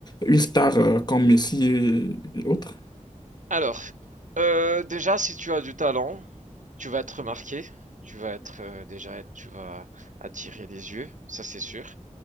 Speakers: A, on the left (about 30°); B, on the right (about 70°).
A: une star euh, comme Messi et et autres?
B: Alors, euh, déjà, si tu as du talent, tu vas être remarqué, tu vas être euh, déjà, tu vas attirer les yeux, ça c'est sûr.